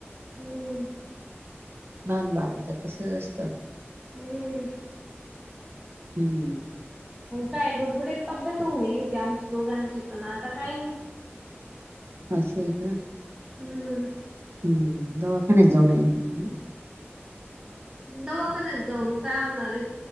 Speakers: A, on the right; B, on the right.
A: हम्म
B: लहान बाळाचं कस अस असत
A: हम्म
B: हम्म
A: काय गुडगुडी तब्येत होऊन गेली होती आमच्या दोघांची पण आता काय नाही
B: अससं आहे का
A: हम्म.
B: हम्म दवाखान्यात जाऊन यक ना
A: दवख नाहीत जाऊन काय होणार आहे